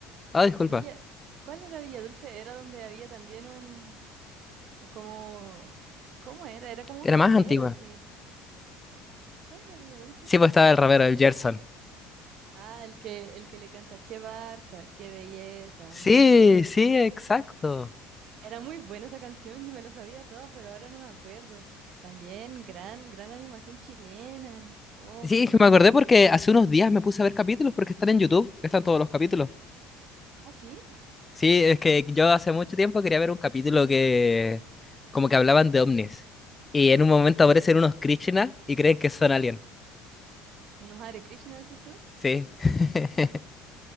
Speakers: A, on the left (about 20°); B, on the right (about 55°).
A: Ah, disculpa.
B: Villa, ¿cuál era Villa Dulce? Era donde había también un, u- como, ¿cómo era? Era como
A: Era
B: un rapero
A: más antigua.
B: así. ¿Cuál era Villa Dulce?
A: Sí, pues estaba el rapero, el Gerson.
B: Ah, el que, el que le canta, qué Barça, qué belleza,
A: Sí,
B: me sentía...
A: sí, exacto.
B: Era muy buena esa canción, yo me la sabía toda, pero ahora no me acuerdo. También, gran, gran animación chilena. Oh,
A: Sí,
B: muy buena.
A: es que me acordé porque hace unos días me puse a ver capítulos porque están en YouTube, están todos los capítulos.
B: Ah, ¿sí?
A: Sí, es que yo hace mucho tiempo quería ver un capítulo que como que hablaban de ovnis. Y en un momento aparecen unos Krishna y creen que son alien.
B: ¿Unos Hare Krishna, decís tú?
A: Sí. <laughs>